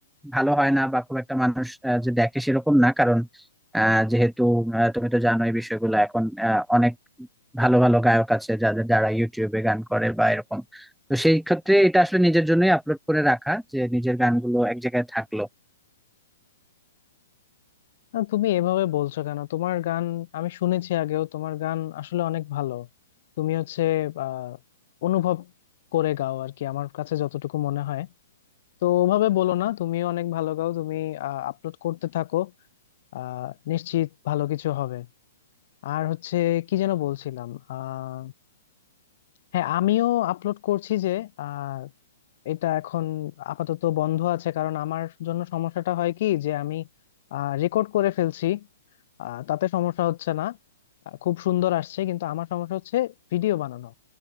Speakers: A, in the centre; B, on the left (about 50°).
A: ভালো হয় না বা খুব একটা মানুষ আহ, যে দেখে সেরকম না কারণ আহ, যেহেতু আহ, তুমি তো জানো এই বিষয়গুলো এখন আহ, অনেক ভালো ভালো গায়ক আছে যাদের যারা ইউটিউবে গান করে বা এরকম তো সেই ক্ষেত্রে এটা আসলে নিজের জন্যই আপলোড করে রাখা যে নিজের গানগুলো এক জায়গায় থাকলো
B: না, তুমি এভাবে বলছো কেন তোমার গান আমি শুনেছি আগেও তোমার গান আসলে অনেক ভালো তুমি হচ্ছে আহ অনুভব করে গাও আর কি আমার কাছে যতটুকু মনে হয় তো ওভাবে বলো না তুমিও অনেক ভালো গাও তুমি আপলোড করতে থাকো আহ নিশ্চিত ভালো কিছু হবে আর হচ্ছে কি যেন বলছিলাম আহ হ্যাঁ আমিও আপলোড করছি যে আহ এটা এখন আপাতত বন্ধ আছে কারণ আমার জন্য সমস্যাটা হয় কি যে আমি রেকর্ড করে ফেলছি আহ, তাতে সমস্যা হচ্ছে না আহ, খুব সুন্দর আসছে কিন্তু আমার সমস্যা হচ্ছে ভিডিও বানানো